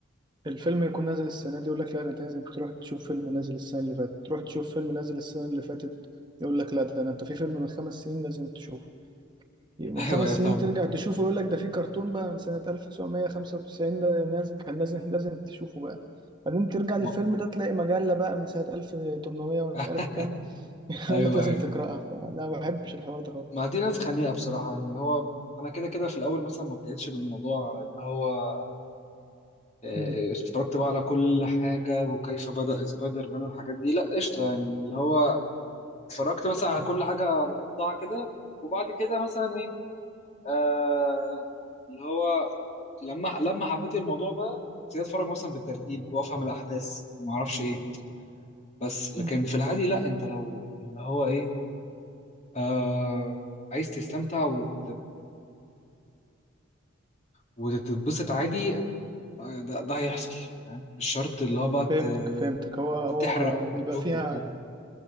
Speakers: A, on the right; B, on the left.
A: الفيلم يكون نازل السنه دي يقول لك لا ده انت لازم تروح تشوف فيلم نازل السنه اللي فاتت تروح تشوف فيلم نازل السنه اللي فاتت يقول لك لا ده أنا- انت في فيلم من خمس سنين لازم تشوفه من
B: <laughs> ايوه
A: خمس
B: ايوه
A: سنين
B: فاهمك
A: ترجع تشوفه يقول لك ده في كرتون بقى من سنه 1995 ده نازل كان لازم لازم تشوفه بقى بعدين ترجع
B: م-
A: للفيلم ده تلاقي مجلة بقى من سنة 1800 ومش
B: أه،
A: عارف كام <laughs>
B: <laughs> ايوه
A: يقول لك لازم
B: ايوه
A: تقرأها فلا ما بحبش الحوار ده خالص
B: ما دي ناس خنيقة بصراحة يعني اللي هو انا كده كده في الاول مثلا ما ابتديتش بالموضوع اللي هو آه،
A: مم.
B: اتفرجت بقى على كل حاجة وكيف بدأ سبايدر مان والحاجات دي لا قشطة يعني اللي هو اتفرجت مثلا على كل حاجة متقطعة كده وبعد كده مثلا ايه آه اللي هو لما لما حبيت الموضوع بقى ابتديت اتفرج مثلا بالترتيب وافهم الاحداث وما اعرفش ايه بس لكن
A: مم.
B: في العادي لا انت لو اللي هو ايه آه عايز تستمتع وت... وتتبسط عادي آه، ده, ده هيحصل فاهم مش شرط اللي هو بقى
A: فهمتك
B: ت-
A: فهمتك هو هو
B: تحرق
A: بيبقى
B: وتشوف
A: فيها
B: والحاجات دي